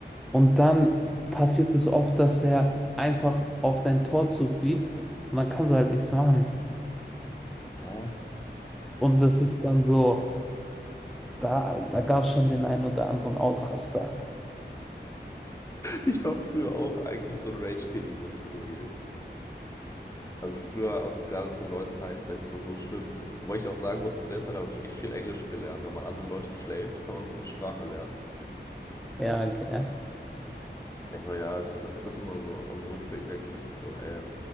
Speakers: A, in the centre; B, on the left.
A: Und dann passiert es oft, dass er einfach auf dein Tor zufliegt und dann kannst du halt nichts machen.
B: Hä?
A: Und das ist dann so, da, da gab es schon den einen oder anderen Ausraster.
B: Ich war früher auch eigentlich so ein Rage-Kiddy, muss ich zugeben. Also früher auch gerade zu LOL-Zeiten, das war so schlimm. Wobei ich auch sagen muss, zu der Zeit habe ich echt viel Englisch gelernt. Wenn man andere Leute flamet, kann man gute Sprache lernen.
A: Ja, gell.
B: Aber ja, es ist, es ist immer so, also rückblickend denke ich mir echt so, ey,